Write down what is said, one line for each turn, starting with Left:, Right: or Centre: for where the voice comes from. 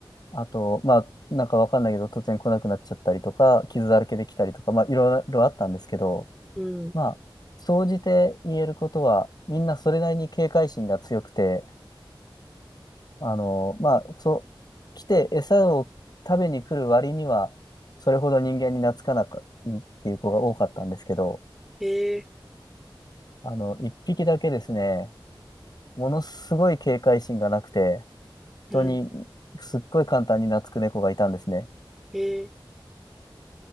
Left: あと、まあ、なんかわかんないけど、突然来なくなっちゃったりとか、傷だらけできたりとか、まあ、いろいろあったんですけど、
Centre: うん
Left: まあ、総じて言えることは、みんなそれなりに警戒心が強くて、あの、まあ、そう、来て餌を食べに来る割には、それほど人間に懐かなくいいっていう子が多かったんですけど、
Centre: え
Left: あの、一匹だけですね、ものすごい警戒心がなくて、人に
Centre: ー、うん
Left: すっごい簡単に懐く猫がいたんですね。
Centre: えー、